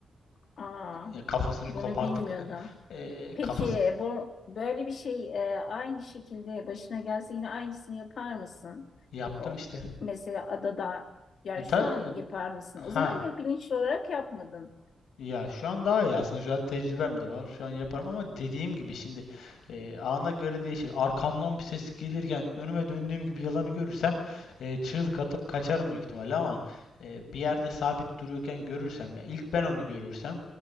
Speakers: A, on the left (about 55°); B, on the left (about 85°).
A: Aa,
B: E, kafasını
A: bunu
B: kopartıp
A: bilmiyordum.
B: e, e,
A: Peki
B: kafası
A: bu böyle bir şey e, aynı şekilde başına gelse yine aynısını yapar mısın?
B: <clears throat> yaptım
A: O
B: işte.
A: mesela adada yani
B: E, ta-
A: şu an
B: e,
A: yapar mısın?
B: ha
A: O zaman ya bilinçli olarak yapmadın.
B: Ya şu an daha iyi aslında. Şu an tecrübem de var. Şu an yaparım ama dediğim gibi şimdi e, ana göre değişir. Arkamdan bir ses gelirken önüme döndüğüm gibi yalanı görürsem e, çığlık atıp kaçarım büyük ihtimalle ama e, bir yerde sabit duruyorken görürsem ya ilk ben onu görürsem